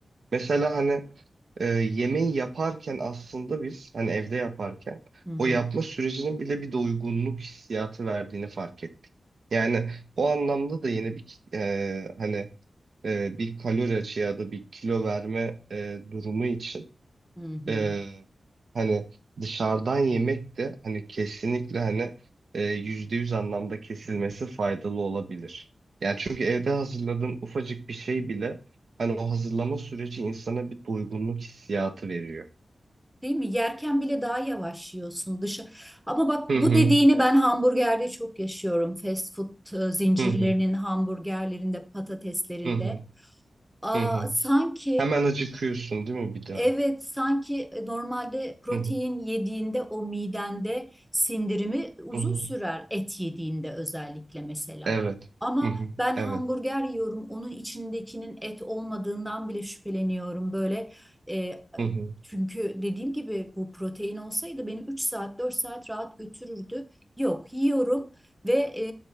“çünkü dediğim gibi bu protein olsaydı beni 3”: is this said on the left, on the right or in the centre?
Centre